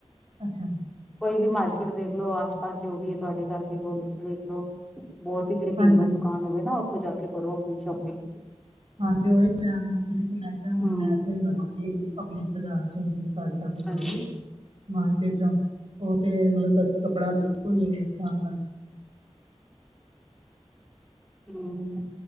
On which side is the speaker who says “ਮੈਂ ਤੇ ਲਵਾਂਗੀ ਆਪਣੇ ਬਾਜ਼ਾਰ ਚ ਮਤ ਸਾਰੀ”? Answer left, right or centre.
Right